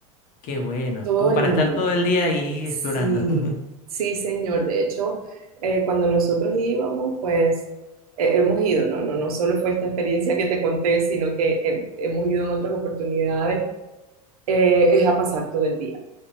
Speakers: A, on the left; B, on the right.
A: qué bueno.
B: todo
A: Como
B: lindo.
A: para estar todo el día ahí
B: Sí,
A: explorando. <laughs>
B: sí, señor. De hecho, eh, cuando nosotros íbamos, pues eh, hemos ido, ¿no? No, no solo fue esta experiencia que te conté, sino que eh, hemos ido en otras oportunidades eh, es a pasar todo el día,